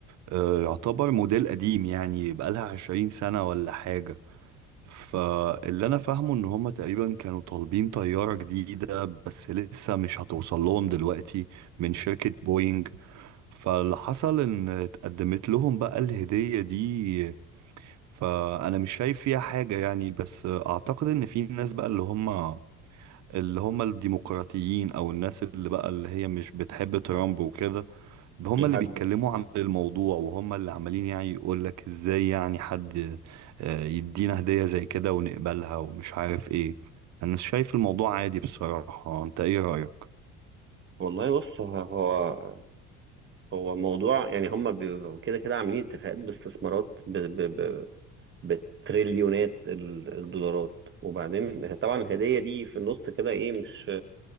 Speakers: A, on the right; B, on the right.
A: آه، يعتبر موديل قديم يعني بقالها عشرين سنة ولا حاجة فاللي انا فاهمه ان هما تقريبا كانوا طالبين طيارة جديدة بس لسه مش هتوصل لهم دلوقتي من شركة بوينج فاللي حصل ان اتقدمت لهم بقى الهدية دي فانا مش شايف فيها حاجة يعني بس اعتقد ان في ناس بقى اللي هم اللي هم الديمقراطيين او الناس اللي بقى اللي هي مش بتحب ترامب وكده هم
B: بيهاجموا
A: اللي بيتكلموا عن الموضوع وهم اللي عمالين يعني يقول لك ازاي يعني حد آه، يدينا هدية زي كده ونقبلها ومش عارف ايه انا شايف الموضوع عادي بصراحة انت ايه رأيك
B: والله بص ه- هو هو موضوع يعني هم بي- كده كده عاملين اتفاقات باستثمارات ب... ب... ب... بتريليونات ال- الدولارات وبعدين طبعا الهدية دي في النص كده ايه مش